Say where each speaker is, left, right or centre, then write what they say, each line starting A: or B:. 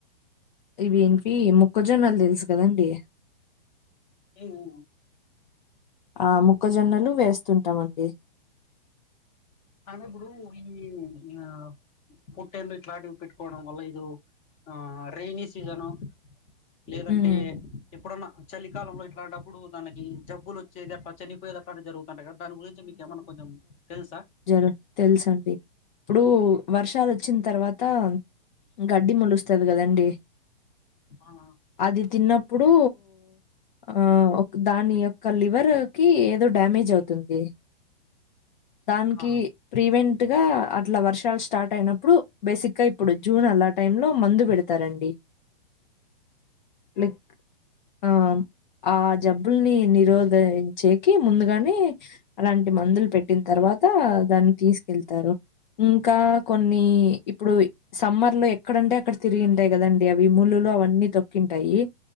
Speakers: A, on the left (about 50°); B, on the left (about 20°).
A: ఇ వేంటి మోక్కజొన్నలు తెలుసు కదండి
B: ఏ <inaudible>
A: ఆ మోక్కజొన్నలు వేస్తుంటా మండి
B: కానీ ఇప్పుడు ఈ ఇగ పొట్టెల్లు ఇట్లాంటివి పెట్టుకోవడం వల్ల ఇది ఆ రెైనీ సీజను లేదంటే
A: ఉమ్
B: ఎప్పుడన్న చలికాలంలో ఇట్లంటప్పుడు దానికి జబ్బులు వచ్చేది అట్లా చనిపోయేది అట్లా జరుగు దాని గురించి మీకు ఏమైన్నా కొంచెం తెలుసా
A: జర తెలుసు అండి ఇప్పుడు వర్షాలు వచ్చిన తర్వాత గడ్డి మోలుస్తది కదండి
B: ఆ
A: అది తిన్నప్పుడు ఆ దాని యొక్క లివర్ కి ఏదో డ్యామేజ్ అవుతుంది దానికి
B: ఆ
A: ప్రీవెంట్గా అట్లా వర్షాలు స్టార్ట్ అయినప్పుడు బేసిక్గా ఇప్పుడు జూన్ అల్లా టైమ్ లో మందు పెడతారండి లైక్ ఆ ఆ జబ్బుల్ని నిరోధించేకి ముందుగానే అలాంటి మందులు పట్టిన తర్వాత దాన్ని తీసుకెళ్తారు ఇంకా కొన్ని ఇప్పుడు సమ్మ లో ఎక్కడంటే అక్కడ తిరిగింటాయి కదండి అవి ముళ్లులు అవన్నీ తొక్కింటాయి